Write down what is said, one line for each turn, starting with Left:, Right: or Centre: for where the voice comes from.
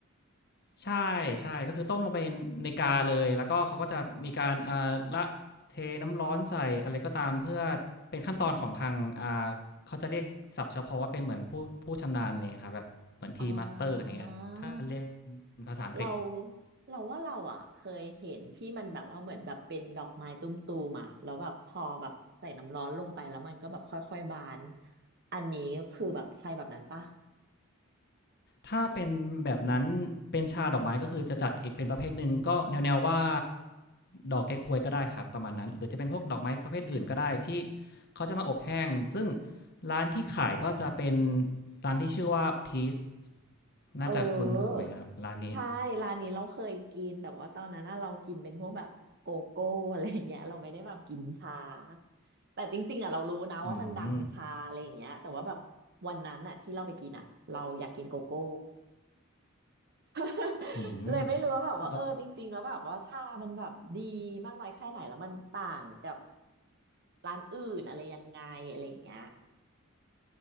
Left: ใช่ ใช่ ก็คือต้มลงไปในกาเลย แล้วก็เขาก็จะมีการอ่าละเทน้ำร้อนใส่อะไรก็ตามเพื่อเป็นขั้นตอนของทางอ่าเขาจะเรียกศัพท์เฉพาะว่าเป็นเหมือนผู้ผู้ชำนาญเลยครับแบบเหมือนทีมาสเตอร์อย่างเงี้ยถ้าเรียก
Right: อ่า
Left: เป็นภาษาอังกฤษ
Right: เราเราว่าเราอะเคยเห็นที่มันแบบว่าเหมือนแบบเป็นดอกไม้ตุ้มตูมอะแล้วแบบพอแบบใส่น้ำร้อนลงไปแล้วมันก็แบบค่อยๆบานอันนี้คือแบบใช่แบบนั้นป่ะ
Left: ถ้าเป็นแบบนั้นเป็นชาดอกไม้ก็คือจะจัดอีกเป็นประเภทหนึ่งก็แนวๆว่าดอกเก๊กฮวยก็ได้ครับประมาณนั้นหรือจะเป็นพวกดอกไม้ประเภทอื่นก็ได้ที่เขาจะมาอบแห้งซึ่งร้านที่ขายก็จะเป็นร้านที่ชื่อว่า Peace น่าจะคุ้นหูไหมครับร้านนี้
Right: เออใช่ร้านนี้เราเคยกินแต่ว่าตอนนั้นน่ะเรากินเป็นพวกแบบโกโก้อะไรอย่างเงี้ยเราไม่ได้แบบกินชาแต่จริงๆอ่ะเรารู้นะว่ามันดังชาอะไรอย่างเงี้ยแต่ว่าแบบวันนั้นอ่ะที่เราไปกินอ่ะเราอยากกินโกโก้
Left: อืม
Right: <laughs>
Left: อืม
Right: เลยไม่รู้ว่าแบบว่าเออจริงๆแล้วแบบว่าชามันแบบดีมากน้อยแค่ไหนแล้วมันต่างกับ
Left: แล้ว
Right: ร้านอื่นอะไรยังไงอะไรอย่างเงี้ย